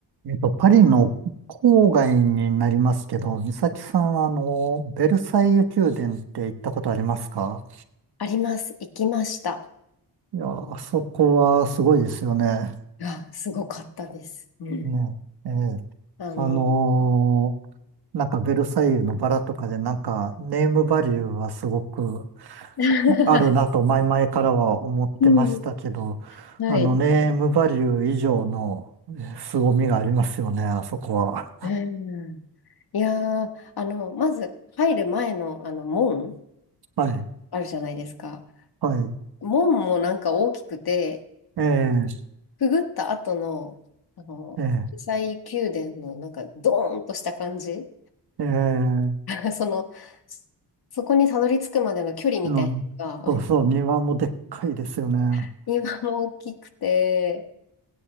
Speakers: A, on the right; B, on the left.
A: えっと、パリの郊外になりますけど、美咲さんは、あの、ベルサイユ宮殿って行ったことありますか
B: あります。行きました。
A: いや、あそこはすごいですよね。
B: いや、すごかったです。うん。
A: ね、ええ。
B: あの、
A: あのーなんかベルサイユのバラとかで、なんかネームバリューはすごく
B: <laughs>
A: あるなと前々からは思ってましたけど、
B: うん。はい。
A: あの、ネームバリュー以上のえ凄みがありますよね、あそこは。
B: うん。いやー、あの、まず入る前の、あの、門
A: <laughs> はい、
B: あるじゃないですか。
A: はい。
B: 門もなんか大きくて、
A: ええ、
B: くぐった後の、あの、
A: え
B: 国際宮殿のなんかドーンとした感じ。
A: え、ええ。
B: <laughs> その、そこにたどり着くまでの距離みたいなのが、
A: のそうそう、
B: うん
A: 庭もでっかいですよね。
B: <laughs> 今も大きくて、